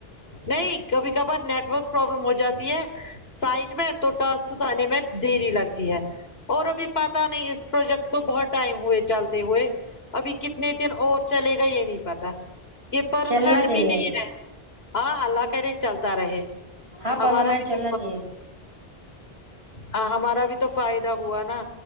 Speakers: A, on the left; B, on the right.
A: نہیں کبھی کبھار نیٹ ورک پروابلم ہو جاتی ہے سائٹ میں تو ٹسکس آنے میں دھیری لگتی ہے اور ابھی پات نہیں اس پروجیکٹ کو بہت ٹائم ہوئے چلتے ہوئے ابھی کتنے دن اور چلے گا یہ نہیں پتا یہ پرمنٹ
B: چلنا چاہیے
A: بھی نہیں رہتا ہاں اللہ کر رہے چلتا رہے
B: ہاں پرماننٹ
A: ہمارا بھی
B: چلنا
A: تو
B: چاہیے
A: ہاں ہمارا بھی تو فائدہ ہوا نا